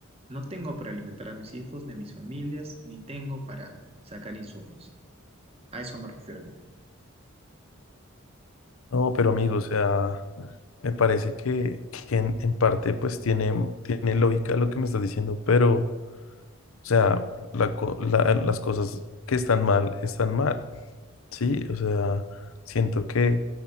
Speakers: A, on the right; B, on the left.
A: no tengo para alimentar a mis hijos, ni a mis familias, ni tengo para sacar insumos. A eso me refiero, amigo.
B: No, pero amigo, o sea, me parece que, que en, en parte pues tiene, tiene lógica lo que me estás diciendo, pero, o sea, la co- la- las cosas que están mal, están mal. Sí, o sea, siento que